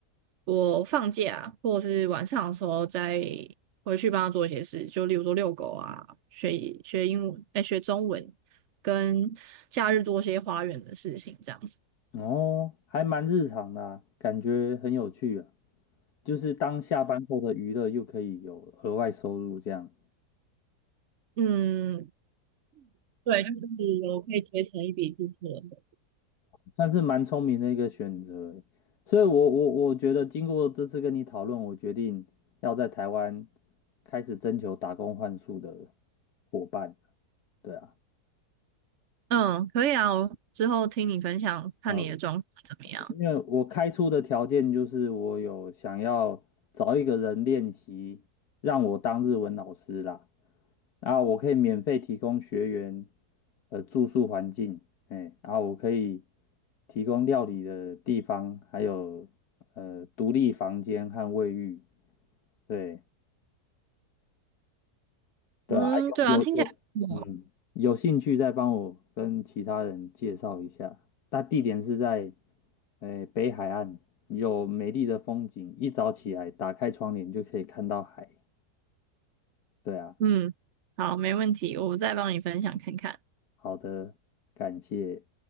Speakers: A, on the right; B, on the left.
A: 我放假或者是晚上的时候再回去帮他做一些事，就例如说遛狗啊，学学英文，哎，学中文，跟假日做一些花园的事情，这样子。
B: 哦，还蛮日常的啊，感觉很有趣啊，就是当下班后的娱乐又可以有额外收入，这样
A: 嗯，对，就是有可以结成一笔支出的
B: 算是蛮聪明的一个选择欸所以我，我我觉得经过这次跟你讨论，我决定要在台湾开始征求打工换宿的伙伴。对啊，
A: 嗯，可以啊，我之后听你分享，看你的状况怎么样。
B: 呃，因为我开出的条件就是我有想要找一个人练习，让我当日文老师啦，然后我可以免费提供学员呃住宿环境，哎，然后我可以提供料理的地方，还有呃独立房间和卫浴，对，对啊，
A: 嗯，
B: 啊有有有，
A: 对啊，听起来不错
B: 嗯，有兴趣再帮我跟其他人介绍一下。那地点是在，诶，北海岸，有美丽的风景，一早起来打开窗帘就可以看到海。对啊，
A: 嗯，好，没问题，我再帮你分享看看。
B: 好的，感谢。